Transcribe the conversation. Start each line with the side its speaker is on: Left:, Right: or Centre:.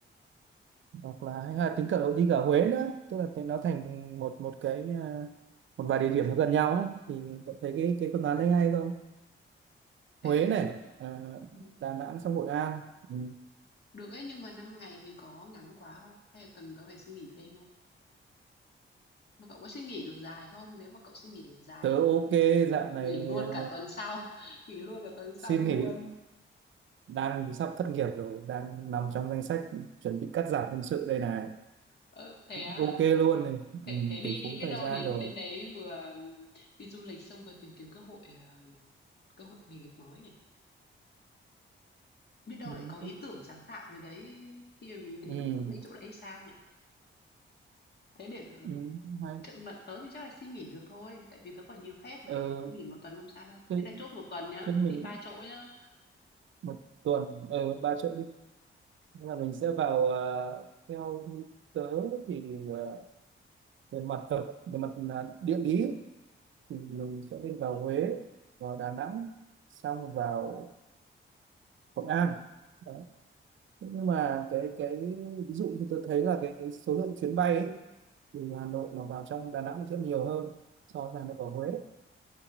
Right: hoặc là hay là tính cả đi cả Huế nữa tức là thì nó thành một một cái à, một vài địa điểm nó gần nhau ấy thì cậu thấy cái cái phương án đấy hay không
Left: Ê,
Right: Huế
Left: được,
Right: này à,
Left: ừ,
Right: Đà Nẵng xong Hội An ừ.
Left: được ấy, nhưng mà 5 ngày thì có ngắn quá không? Hay là cần tớ phải suy nghĩ thêm không? Mà cậu có suy nghĩ được dài không? Nếu mà cậu suy nghĩ được dài
Right: tớ ok
Left: thì
Right: dạo này
Left: nghỉ luôn
Right: à,
Left: cả tuần sau, <laughs> nghỉ luôn cả tuần sau
Right: xin
Left: luôn.
Right: nghỉ đang sắp thất nghiệp rồi đang nằm trong danh sách chuẩn bị cắt giảm nhân sự đây này
Left: Ờ, thế á,
Right: ok luôn này ừ,
Left: thế, thế đi
Right: tỷ
Left: đi,
Right: phú
Left: biết
Right: thời
Left: đâu
Right: gian
Left: đến
Right: rồi
Left: đến đấy vừa ừ, đi du lịch xong vừa tìm kiếm cơ hội ờ, cơ hội nghề nghiệp mới ấy. Biết đâu
Right: ừ,
Left: lại có ý
Right: cũng-
Left: tưởng sáng tạo gì đấy khi mà mình đến
Right: ừ,
Left: mấy chỗ đấy sao nhở Thế để tớ
Right: ừ, cũng hay
Left: Trận mà tớ thì chắc là xin nghỉ được thôi, tại vì tớ còn nhiều phép mà,
Right: ờ,
Left: xin nghỉ một tuần không sao đâu.
Right: thế,
Left: Thế là chốt một tuần nhá,
Right: thế mình
Left: đi 3 chỗ nhá.
Right: một tuần ờ, ba triệu đi Nhưng mà mình sẽ vào ờ, theo như tớ thì ờ, về mặt vật về mặt là địa lý thì mình sẽ lên vào Huế vào Đà Nẵng xong vào Hội An đó. Thế nhưng mà cái cái ví dụ như tôi thấy là cái số lượng chuyến bay ấy, từ Hà Nội mà vào trong Đà Nẵng sẽ nhiều hơn so với Hà Nội ở Huế